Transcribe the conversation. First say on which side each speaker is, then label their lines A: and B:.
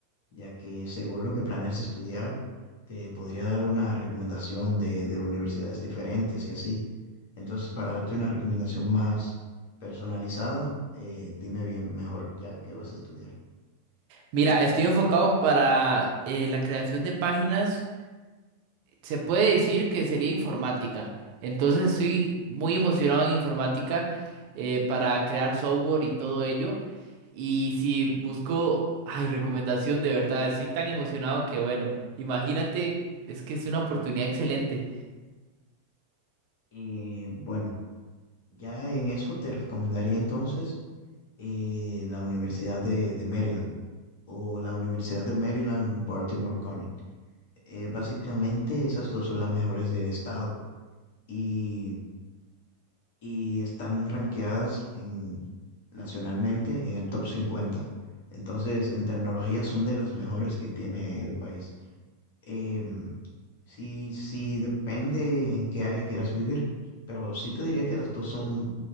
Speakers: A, on the left (about 50°); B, on the right (about 45°).
A: Ya que según lo que planeas estudiar, te podría dar una recomendación de, de universidades diferentes y así. Entonces, para darte una recomendación más personalizada, eh, dime bien mejor ya qué vas a estudiar.
B: Mira, estoy enfocado para eh, la creación de páginas. Se puede decir que sería informática. Entonces estoy muy emocionado en informática eh, para crear software y todo ello. Y si busco, ay, recomendación de verdad, estoy tan emocionado que bueno, imagínate, es que es una oportunidad excelente.
A: Y bueno, ya en eso te recomendaría entonces eh, la Universidad de, de Maryland. o la Universidad de Maryland, Baltimore Connect. Eh, básicamente esas dos son las mejores del estado y, y están rankeadas en, nacionalmente en el top 50. Entonces, en tecnología son de las mejores que tiene el país. Eh, sí, sí, depende en qué área quieras vivir, pero sí te diría que las dos son